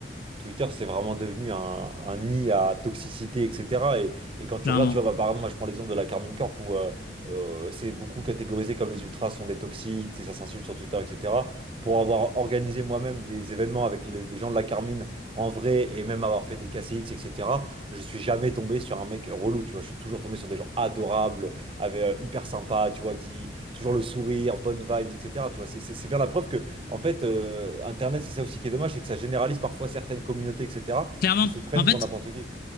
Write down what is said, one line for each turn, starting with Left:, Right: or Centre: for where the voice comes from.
Right: Twitter, c'est vraiment devenu un, un nid à toxicité, etc. Et, et quand tu
Left: clairement,
Right: regardes, tu vois, bah, par exemple, moi je prends l'exemple de la Carmine Corp où euh, euh, c'est beaucoup catégorisé comme les ultras sont des toxiques, c'est- ça s'insulte sur Twitter, etc. Pour avoir organisé moi-même des événements avec les- des gens de la Carmine en vrai et même avoir fait des KCX, etc., je suis jamais tombé sur un mec relou, tu vois. Je suis toujours tombé sur des gens adorables, avec, euh, hyper sympas, tu vois, qui toujours le sourire, bonnes vibes, etc. Tu vois, c'est c'est- c'est bien la preuve que en fait, euh, Internet, c'est ça aussi qui est dommage, c'est que ça généralise parfois certaines communautés, etc.,
Left: clairement,
Right: qui se prennent
Left: en fait,
Right: pour n'importe qui.